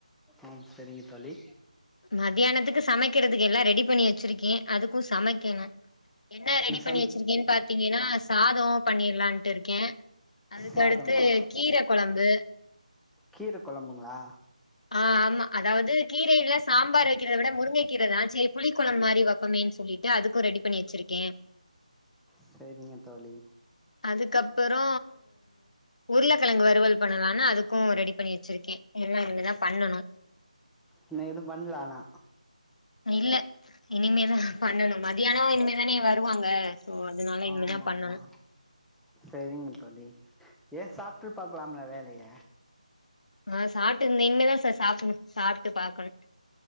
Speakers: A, in the centre; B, on the left (about 60°).
A: ம் சரிங்க தோழி
B: மத்தியானத்துக்கு சமைக்கிறதுக்கு எல்லா ரெடி பண்ணி வச்சிருக்கேன் அதுக்கு சமைக்கணும் என்ன ரெடி
A: இன்னு
B: பண்ணி
A: சம்
B: வச்சிருக்கேன் பாத்தீங்கன்னா சாதோம் பண்ணிரலாண்டு இருக்கேன் அதுக்கடுத்து
A: சாதமா
B: கீரை கொழம்பு
A: கீர கொழம்புங்களா
B: ஆஹ் ஆமா அதாவது கீரையில சாம்பார் வக்கிறத விட முருங்கை கீரை செரி புளிக்குழம்பு மாரி வைப்பமேன்னு சொல்லிட்டு அதுக்கு ரெடி பண்ணி வச்சிருக்கே
A: சரிங்க தோழி
B: அதுக்கப்பறோ உருளைக்கெழங்கு வறுவல் பண்ணலான்னு அதுக்கு ரெடி பண்ணி வச்சிருக்கேன் எல்லா இனிமேதா பண்ணணும்
A: இன்னும் எதும் பண்ணல ஆனா
B: இல்ல இனிமேதா பண்ணணும் மத்தியானம் இனிமேதானே வருவாங்க சோ அதனால இனிமே
A: ஆமா
B: தான் பண்ணணும்.
A: ஆமா சேரிங்க தோழி ஏன் சாப்ட்டு பாக்கலாமே வேலைய
B: ஆஹ் சாப்ட்டு இனிமேதா சார் சாப்புடணும் சாப்ட்டு பாக்கணும்